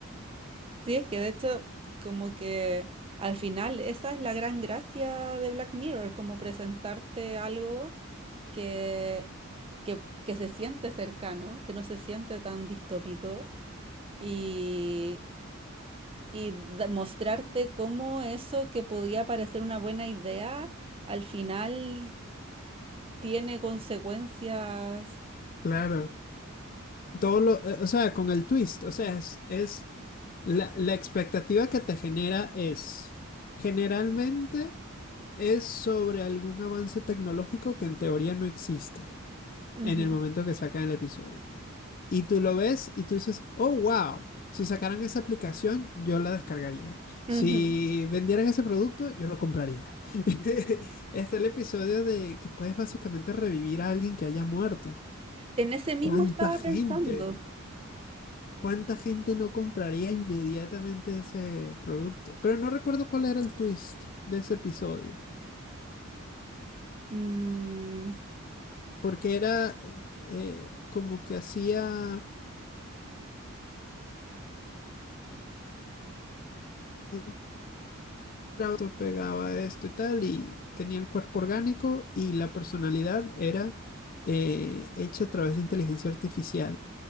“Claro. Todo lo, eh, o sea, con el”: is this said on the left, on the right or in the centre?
Left